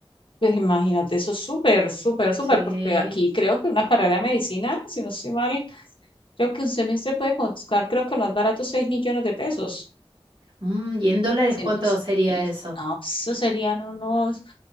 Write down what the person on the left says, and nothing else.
pues imagínate, eso es súper, súper, súper,
porque aquí creo que una carrera de medicina, si no estoy mal, creo que un semestre puede costar, creo que lo más barato, 6 millones de pesos.
Si
no es-
si es-
no, pues eso serían unos